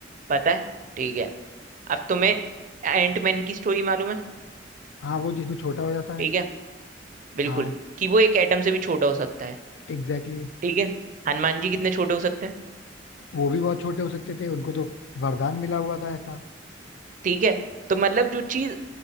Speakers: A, on the right (about 45°); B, on the left (about 80°).
A: पता है ठीक है अब तुम्हें एंटमैन की स्टोरी मालूम है
B: हाँ वो जिसमें छोटा हो जाता
A: ठीक
B: है
A: है बिल्कुल
B: हाँ
A: कि वो एक एटम से भी छोटा हो सकता है
B: एग्जैक्टली exactly.
A: ठीक है हनुमान जी कितने छोटे हो सकते हैं
B: वो भी बहुत छोटे हो सकते थे उनको तो वरदान मिला हुआ था ऐसा
A: ठीक है तो मतलब जो चीज